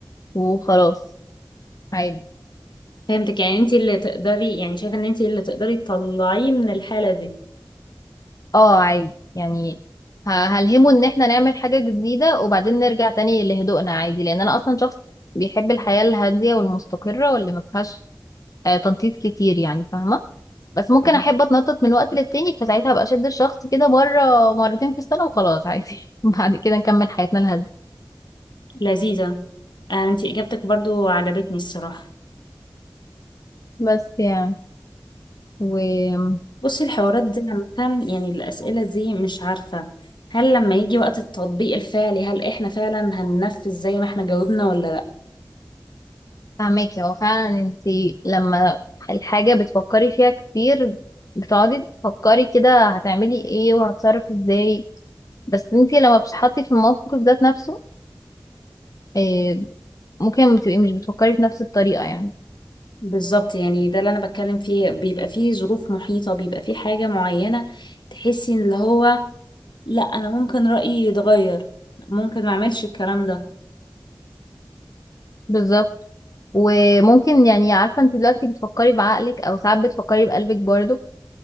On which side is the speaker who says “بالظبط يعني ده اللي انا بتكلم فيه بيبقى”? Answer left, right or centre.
Left